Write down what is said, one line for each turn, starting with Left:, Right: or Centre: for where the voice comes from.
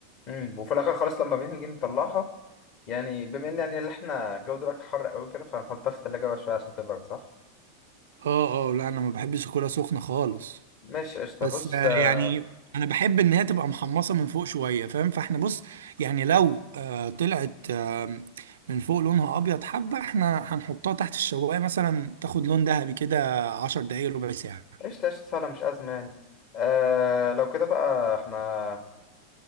Left: امم وفي الاخر خلاص لما بنيجي نطلعها يعني بما ان يعني اللي احنا الجو دلوقتي حر قوي كده فهنحطها في التلاجة بقى شويه عشان تبرد صح
Right: اه اه لا انا ما بحبش اكلها سخنه خالص
Left: ماشي قشطة
Right: بس
Left: بص
Right: آه،
Left: آه،
Right: يعني انا بحب ان هي تبقى محمصه من فوق شويه فاهم فاحنا بص يعني لو آه، طلعت آه، من فوق لونها ابيض حبه احنا هنحطها تحت الشوايه مثلا تاخد لون ذهبي كده 10 دقايق ربع ساعه
Left: قشطة قشطة سهلة مش أزمة يعني آه لو كده بقى احنا